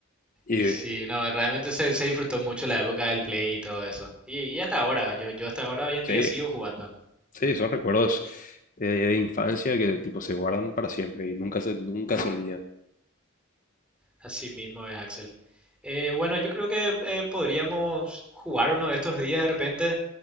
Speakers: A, on the left (about 40°); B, in the centre.
A: Y,
B: Y sí, no, realmente se, se disfrutó mucho la época del Play y todo eso. Y, y hasta ahora, yo, yo hasta ahora hoy en
A: Sí,
B: día sigo jugando.
A: sí, son recuerdos eh, de infancia que tipo se guardan para siempre y nunca se, nunca se olvidan.
B: Así mismo es, Axel. Eh, bueno, yo creo que eh, podríamos jugar uno de estos días de repente,